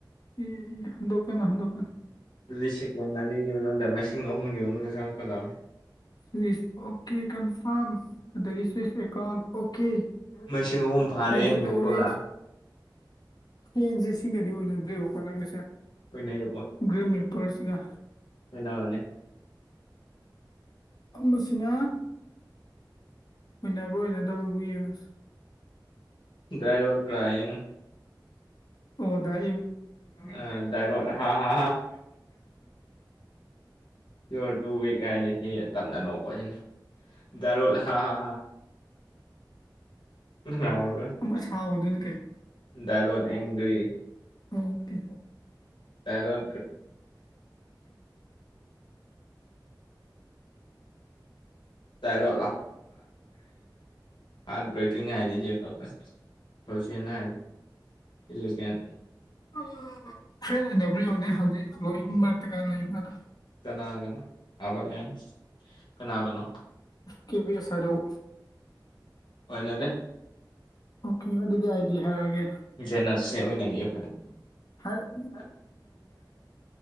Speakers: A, on the left; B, on the left.
A: ꯑꯦ ꯍꯟꯗꯣꯛꯀꯅꯥ ꯍꯟꯗꯣꯛꯀꯅꯣ
B: ꯑꯗꯨ ꯂꯤ ꯁꯦꯀꯦꯟ ꯑꯅꯤꯒꯤ ꯃꯅꯨꯡꯗ ꯃꯁꯤꯡ ꯑꯍꯨꯝꯒꯤ ꯃꯅꯨꯡꯗ ꯆꯪꯉꯛꯀꯗꯧꯅꯤ
A: ꯐꯁ ꯑꯣꯀꯦ ꯀꯟꯐꯥꯔꯝ ꯑꯗꯒꯤ ꯁ꯭ꯋꯤꯁ ꯑꯦꯀꯥꯎꯟ ꯑꯣꯀꯦ
B: ꯃꯁꯤꯡ ꯑꯍꯨꯝ ꯐꯥꯔꯦ
A: ꯂꯣꯗꯤꯡ
B: ꯑꯩ ꯍꯟꯗꯣꯛꯈ꯭ꯔꯣꯔꯥ
A: ꯂꯧꯔꯦ ꯍꯦꯟꯁꯦ ꯁꯤꯒꯗꯤ ꯑꯣꯏꯅꯅꯗ꯭ꯔꯦꯕꯀꯣ ꯅꯪꯒꯁꯦ
B: ꯑꯣꯏꯅꯩ
A: ꯒ꯭ꯔꯦ ꯃꯤꯜꯄꯔ ꯁꯤꯒ
B: ꯅꯥꯎꯅꯦ
A: ꯃꯁꯤꯅ ꯑꯣꯏꯅꯕ꯭ꯔꯥ ꯑꯣꯏꯅꯗꯕ꯭ꯔꯥ ꯑꯃꯨꯛ ꯌꯦꯡꯉꯁꯤ
B: ꯗꯔꯣ ꯀ꯭ꯔꯥꯏꯡ
A: ꯍꯗ
B: ꯑ ꯇꯔ ꯍꯥ ꯍꯥ ꯄꯤꯌꯣꯔ ꯇꯨ ꯋꯤꯛ ꯍꯥꯏꯗꯤ ꯁꯤ ꯇꯞꯅ ꯅꯣꯛꯄꯁꯤꯅ ꯗꯔꯣꯜ ꯍꯥ ꯍꯥ ꯅꯨꯡꯉꯥꯏꯔꯣꯏ
A: ꯑꯃ ꯁꯥꯥꯎ ꯑꯣ ꯑꯗꯨꯅ ꯀꯩ
B: ꯗꯥꯏꯔꯣꯠ ꯑꯦꯡꯒ꯭ꯔꯤ
A: ꯑꯣꯀꯦ
B: ꯇꯥꯏꯣ ꯭ꯔ ꯇꯔꯣ ꯍꯥ ꯭ꯔꯦꯀꯤ ꯍꯥꯏ ꯂꯤ ꯀꯄꯦ ꯊꯣꯁꯤꯅ ꯏꯜꯂ ꯀꯦꯟ
A: ꯑ ꯐ꯭ꯔꯦꯟ ꯑꯣꯏꯅꯕ꯭ꯔꯎꯅꯦ ꯍꯧꯖꯤꯛ ꯂꯣꯏ ꯃꯔꯛꯇ ꯀꯥꯏꯅ ꯂꯩꯕ꯭ꯔꯗ
B: ꯀꯅꯥ ꯀꯅꯣ ꯑꯕꯂꯦꯟꯁ ꯀꯅꯥ ꯀꯅꯣ
A: ꯀꯦꯕꯤ ꯑꯦ ꯁꯥꯏꯠꯧ
B: ꯑꯣꯏꯅꯅꯦꯦ
A: ꯑꯣꯀꯦ ꯑꯗꯨꯗꯤ ꯑꯩꯗꯤ ꯍꯥꯏꯔꯑꯒꯦ
B: ꯏꯆꯦ ꯅꯛꯁꯦ ꯑꯣꯏꯅ ꯑꯩꯈꯣꯏꯅ
A: ꯍꯥꯏꯔ
B: ꯀ